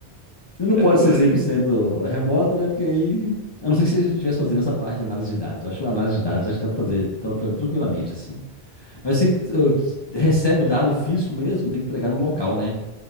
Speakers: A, on the left; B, on the right.
A: Não
B: É,
A: pode
B: é por
A: ser
B: aí.
A: cem por cento remoto, né? Porque aí. A não ser que você estivesse fazendo essa parte de análise de dados. Eu acho que a análise de dados acho que dá para fazer tranqu- tranquilamente, assim. Mas se uh, recebe o dado físico mesmo, tem que entregar no local, né?